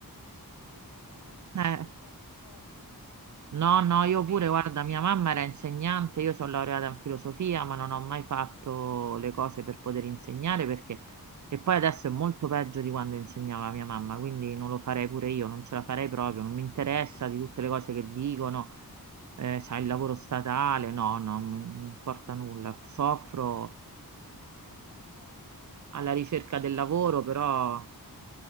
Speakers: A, on the left; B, on the right.
A: Sì, esatto, sai,
B: Eh,
A: io già ci soffro, quindi figurati,
B: no, no,
A: no,
B: io pure,
A: no, no,
B: guarda,
A: no.
B: mia mamma era insegnante, io sono laureata in filosofia, ma non ho mai fatto le cose per poter insegnare perché... E poi adesso è molto peggio di quando insegnava mia mamma, quindi non lo farei pure io, non ce la farei proprio, non mi interessa di tutte le cose che dicono, eh, c'ha il
A: Mm,
B: lavoro statale, no, no, mi- non
A: mm.
B: importa
A: mm.
B: nulla, soffro
A: No, a me nemmeno, siamo d'accordo, guarda, su,
B: alla ricerca
A: su
B: del
A: queste
B: lavoro,
A: cose,
B: però
A: veramente.